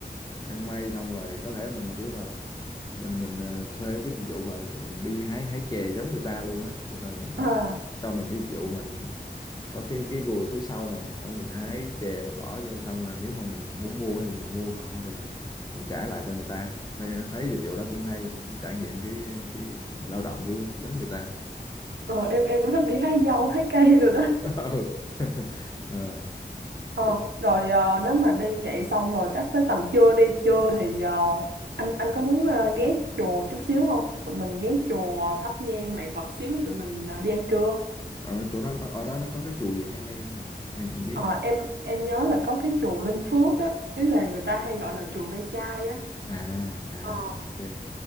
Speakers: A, on the left (about 25°); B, on the right (about 80°).
A: ờ, săn mây xong rồi có thể mình kiểu là mình mình à, thuê cái dịch vụ mà mình đi hái hái chè giống người ta luôn á tức là mình,
B: À,
A: nó có, cho mình cái dịch vụ mình có cái cái gùi phía sau nè xong mình hái chè mình bỏ vô xong rồi nếu mà mình muốn mua thì mình mua còn không thì mình mình trả lại cho người ta thấy, thấy dịch vụ đó cũng hay để mình trải nghiệm cái cái lao động của giống người ta
B: ờ, em em cũng thích đi hái dâu hái cây rồi đó.
A: <laughs> ừ. <laughs> Ờ.
B: Ờ,
A: Ừ.
B: rồi ờ, nếu mà đi dậy xong rồi chắc tới tầm trưa đi trưa thì ờ, anh anh có muốn ờ, ghé chùa chút xíu không? Tụi mình ghé chùa thắp nhang lại Phật xíu rồi tụi mình ờ, đi ăn trưa.
A: ở chỗ đó nó- ở đó nó có cái chùa gì hay hay không nhỉ em em biết
B: Ờ,
A: không
B: em em nhớ là có cái chùa Linh Phước á, ý là người ta hay gọi là chùa ve chai á.
A: à
B: Ờ
A: à ok